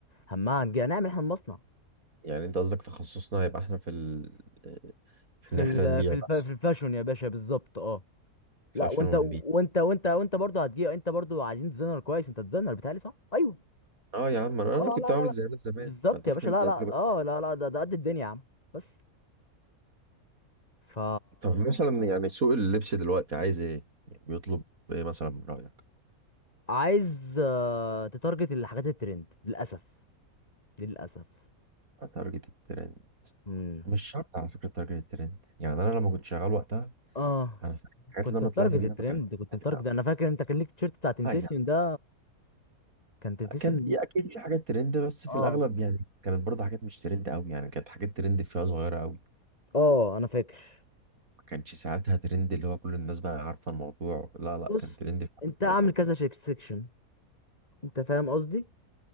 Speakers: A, on the left; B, on the right.
A: همها هنجي- هنعمل احنا مصنع
B: يعني انت قصدك تخصصنا هيبقى احنا في ال... في
A: في
B: ان احنا
A: ال
B: نبيع
A: في الف
B: بس
A: في الفاشون يا باشا بالظبط اه
B: في
A: لا
B: عشان
A: وانت
B: ونبيع
A: وانت وانت وانت برضه هتجيب انت برضه عايزين ديزاينر كويس انت ديزاينر بتهيألي صح؟ ايوه
B: اه يا عم انا
A: اه
B: انا كنت
A: لا
B: عامل
A: لا لا
B: زيارات زمان
A: بالظبط
B: ما انت
A: يا
B: فاكر
A: باشا
B: الزيارات
A: لا لا
B: اللي كنت
A: اه
B: بعملها
A: لا لا ده ده قد الدنيا يا عم بس ف
B: طب مثلا يعني سوق اللبس دلوقتي عايز ايه يعني بيطلب ايه مثلا من رايك
A: عايز آه، تتارجت الحاجات الترند للاسف للاسف
B: تارجت الترند
A: امم
B: مش شرط على فكره تارجت الترند يعني انا لما كنت شغال وقتها
A: اه
B: انا فاكر الحاجات
A: كنت
B: اللي انا
A: متارجت
B: طلعت بيها
A: الترند
B: ما كانتش
A: كنت
B: ترند
A: متارجت
B: قوي
A: انا فاكر انت كان ليك التيشيرت بتاع تنتسيون
B: اه يعني
A: ده كان تنتسيون
B: كان في اكيد في حاجات ترند بس
A: اه
B: في الاغلب يعني كانت برضه حاجات مش ترند قوي يعني كانت حاجات ترند فيها صغيره قوي
A: اه انا فاكر
B: ما كانش ساعتها ترند اللي هو كل الناس بقى عارفة الموضوع لا لا
A: بص
B: كان ترند في حاجة
A: انت
B: صغيرة
A: عامل كذا سيكشن انت فاهم قصدي